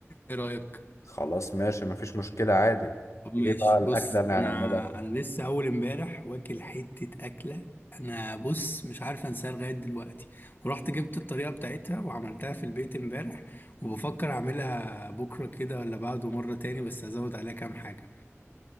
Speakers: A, on the left; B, on the left.
A: ايه رايك
B: خلاص ماشي مفيش مشكلة عادي
A: طب ماشي
B: ايه بقى الأكلة
A: بص
B: اللي
A: انا
B: هنعملها
A: انا لسه اول امبارح واكل حته اكله انا بص مش عارف انساها لغايه دلوقتي ورحت جبت الطريقه بتاعتها وعملتها في البيت امبارح وبفكر اعملها بكره كده ولا بعده مره تاني بس هزود عليها كام حاجه